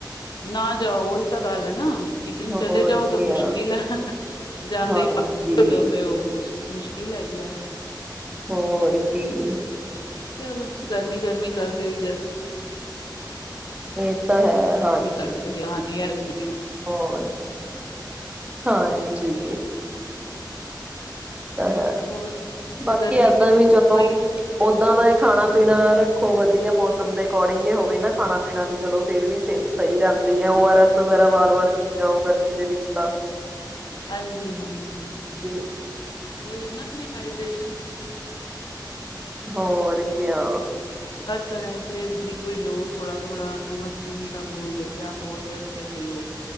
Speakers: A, on the left; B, on the right.
A: ਨਾ ਜਾਓ ਉਹੀ ਤਾਂ ਗਲ ਐ ਨਾ ਕਿਚਨ
B: ਹੋਰ
A: ਚਲੇ ਜਾਓ ਤੇ
B: ਕਿਆ
A: ਮੁਸ਼ਕਿਲ ਹੈ ਜਾਂਦੇ
B: ਹਾਂਜੀ
A: ਹੀ <unintelligible> ਤੇ ਉਹ ਮੁਕ ਮੁਸ਼ਕਿਲ ਹੈਗੀ ਆ।
B: ਹੋਰ ਕੀ
A: ਚਲੋ ਗਰਮੀ ਗਰਮੀ ਕਰਦੇ ਵੀ ਗਰਮੀ
B: ਇਹ ਤਾਂ ਹੈ। ਹਾਂਜੀ
A: ਕੱਟ ਜਾਂ <unintelligible>
B: ਹੋਰ ਹਾਂਜੀ ਹਮ <unintelligible> ਹੈ
A: ਹੋਰ
B: ਬਾਕੀ
A: ਗਰਮੀ
B: ਏਦਾਂ
A: ਚ
B: ਵੀ ਚਲੋ
A: ਵਹੀ
B: ਓਦਾਂ ਦਾ ਖਾਣਾ ਪੀਣਾ ਰੱਖੋ ਵਧੀਆ ਮੌਸਮ ਦੇ ਅਕੋਰਡਿੰਗ ਈ ਹੋਵੇ ਨਾ ਖਾਣਾ ਪੀਣਾ ਵੀ ਚਲੋ ਫੇਰ ਵੀ ਸਿਹਤ ਸਹੀ ਰਹਿੰਦੀ ਹੈ ਉਹਰਸ ਵੈਰਾ ਵਾਰ ਵਾਰ ਪੀ ਜਾਓ ਗਰਮੀ ਦੇ ਵਿੱਚ ਤਾਂ
A: ਹਾਂਜੀ ਹਾਂਜੀ
B: ਤੇ
A: ਉਹੀ ਹੈ ਨਾ ਆਪਣੇ ਹਾਈਡ੍ਰੇਸ਼ਨ
B: ਹੋਰ ਕਿਆ
A: ਤਰ੍ਹਾਂ ਫੇਰ ਲਿਕਵਿਡ ਲੋ ਥੋੜਾ ਥੋੜਾ ਨਮਕ ਚੀਨੀ ਕਾ ਗੋਲ ਜੈਸੇ ਆਪ ਓ ਆਰ ਐਸ ਕਹਿ ਰਹੇ ਹੋ